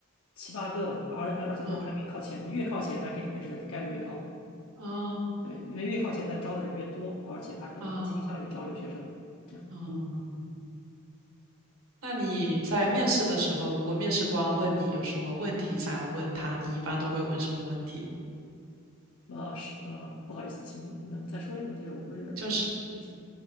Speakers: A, on the left (about 80°); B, on the right (about 85°).
A: 七八个吧，而而而且都是排名靠前的，
B: 啊
A: 越靠前他给你面试的概率越高。
B: 啊
A: 对，因为越靠前，他招的人越多，而且他可能更倾向于招留学生。
B: 啊
A: 这样，
B: 啊！那你在面试的时候，如果面试官问你有什么问题想要问他，你一般都会问什么问题？
A: 那是呃，不好意思，请能再说一遍吗？就是我不是呃，
B: 就是
A: 并且